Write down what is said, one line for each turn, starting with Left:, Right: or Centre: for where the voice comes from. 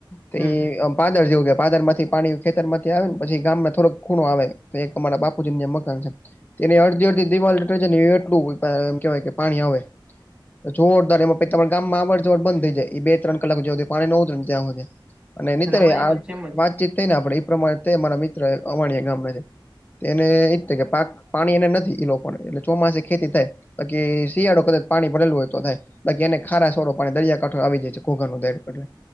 Left: તે
Right: હમ
Left: એમ પાદર જેવું કેવાય પાદરમાંથી પાણી ખેતરમાંથી આવે ને પછી ગામમાં થોડોક ખૂણો આવે તો એક અમારા બાપુજીની જેમ મકાન છે. તેને અડધી અડધી દિવાલ દટાય જાયને એટલું એમ કેહેવાય કે પાણી આવે જોરદાર એમાં પહી તમાર ગામમાં અવર જવર બંધ થઈ જાય એ બે ત્રણ કલાક જો હુધી પાણી નો ઉતરેને ત્યાં સુધી અને નીતેય
Right: અમારે એમ
Left: આ
Right: જ સેમ જ
Left: વાતચીત થઈને આપડી પ્રમાણે તે મારા મિત્ર અવાણીયા ગામના છે. એને એ જ થાય કે પાક પાણી એને નથી ઈ લોકોને એટલે ચોમાસે ખેતી થાય બાકી શિયાળો કદાચ પાણી ભરેલું હોય તો થાય બાકી એને ખારાશવારુ પાણી દરિયાકાંઠો આવી જાય છે ઘોઘરનો દરિયાકાઠે